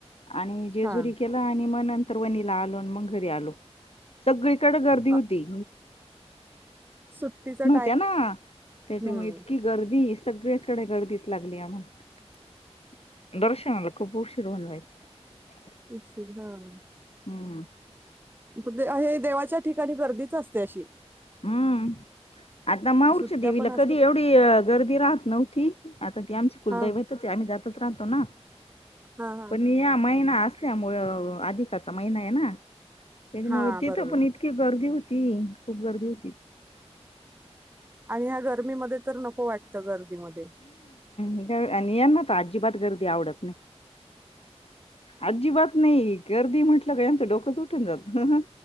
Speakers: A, on the left (about 60°); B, on the right (about 20°).
A: आणि जेजुरी
B: हा
A: केला आणि मन नंतर वनीला आलो मग घरी आलो सगळीकडे गर्दी
B: अ,
A: होती
B: सुट्टीचा
A: त्या ना त्याच्यामुळे
B: हम्म
A: इतकी गर्दी सगळ्याकडे गर्दीच लागली आमला दर्शनाला खूप उशीर होन जायच
B: निशील हां
A: हम्म
B: तिथं हे देवाच्या ठिकाणी गर्दीच असते अशी
A: हम्म आता माऊरच्या
B: सुट्ट्या
A: देवीला
B: पण असतात
A: कधी एवढी गर्दी राहत नव्हती आता ती आमची कुलदैवतचं
B: हा
A: आम्ही जात दुसरा आणतो ना
B: हा हा
A: पण या महिना असं त्यामुळं अधिकाचा महिना आहे ना त्याच्यामुळे
B: हा
A: तिथं
B: बरोबर
A: पण इतकी गर्दी हो ती खूप गर्दी हो
B: आणि ह्या गर्मीमध्ये तर नको वाटतं गर्दीमध्ये
A: व्हावेळ या ना तर अजिबात गर्दी आवडत नाही अजिबात नाही गर्दी म्हटलं का यांचं डोकंच उठून जातं